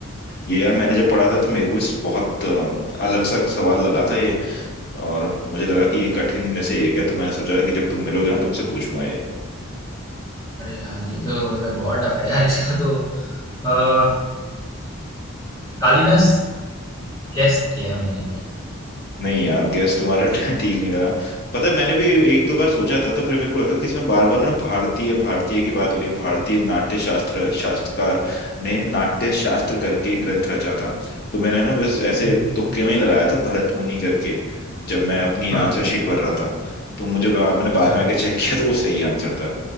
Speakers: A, on the left (about 45°); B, on the left (about 15°).
A: ये यार मैंने जब पढ़ा था तो मेरे को इस बहुत अ, अलग सा सवाल लगा था ये और मुझे लगा कि ये कठिन में से एक है तो मैंने सोचा कि जब तुम मिलोगे ना तुमसे पूछूंगा ये
B: अरे यार ये तो मतलब बहुत टफ है यार इसका तो अ, कालिदास कैस किया है मैंने भाई <laughs>
A: नहीं यार गैस तुम्हारा <laughs> ठीक नहीं लगा पता है मैंने भी एक दो बार सोचा था तो फिर मेरे को लगा कि इसमें बार बार ना भारतीय भारतीय की बात हो रही है भारतीय नाट्य शास्त्र शास्त्रकार ने नाट्य शास्त्र करके एक ग्रंथ रचा था तो मैंने ना बस ऐसे
B: हम्म,
A: तुक्के में ही लगाया था भरत मुनि करके जब मैं अपनी
B: हाँ
A: आंसर शीट भर रहा था तो मुझे बा- मैंने बाद
B: अच्छा
A: में आके चेक किया तो वो सही आंसर था